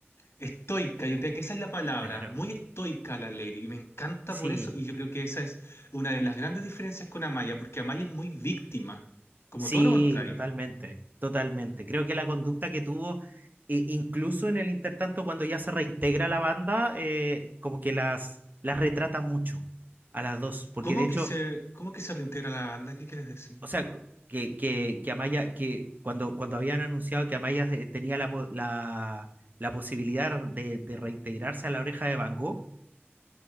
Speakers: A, on the left; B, on the right.
A: Estoica, yo creo que esa es la palabra,
B: claro,
A: muy estoica la Lady, y me encanta
B: sí.
A: por eso, y yo creo que esa es una de las grandes diferencias con Amaya, porque Amaya es muy víctima, como
B: Sí,
A: todo lo contrario.
B: totalmente, totalmente. Creo que la conducta que tuvo, i- incluso en el intertanto, cuando ya se reintegra la banda, eh, como que las, las retrata mucho a las dos, porque
A: ¿Cómo
B: de hecho,
A: que se, cómo que se reintegra la banda? ¿Qué quieres decir?
B: o sea, cu- que, que, que Amaya, que cuando, cuando habían anunciado que Amaya eh, tenía la, po- la, la posibilidad de, de reintegrarse a la oreja de Van Gogh,